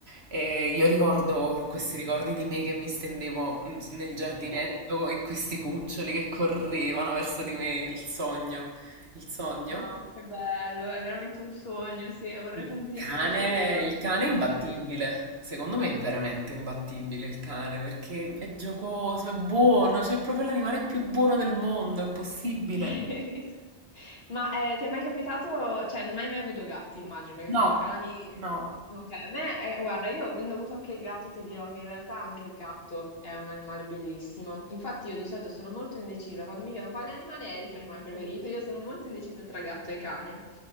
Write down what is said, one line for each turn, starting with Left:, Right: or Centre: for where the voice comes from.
Right: E io ricordo questi ricordi di me che mi stendevo mm, nel giardinetto
Left: <laughs>
Right: e questi cuccioli che correvano verso di me. Il sogno, il sogno.
Left: Mamma, che bello, è veramente un sogno, sì, vorrei
Right: Il
Left: tantissimo
Right: cane,
Left: anche io vivere una
Right: il
Left: cosa
Right: cane
Left: del
Right: è imbattibile.
Left: genere.
Right: Secondo me è veramente imbattibile il cane perché è giocoso, è buono, cioè è proprio l'animale più buono del mondo, è impossibile.
Left: <laughs> Ma eh, ti è mai capitato, cioè non hai mai avuto gatti, immagino, perché
Right: No,
Left: con i cani...
Right: no.
Left: Ok, beh, eh, guarda, io avendo avuto anche il gatto ti dirò che in realtà anche il gatto è un animale bellissimo. Infatti io di solito sono molto indecisa, quando mi chiedono quale animale è il tuo animale preferito, io sono molto indecisa tra gatto e cane.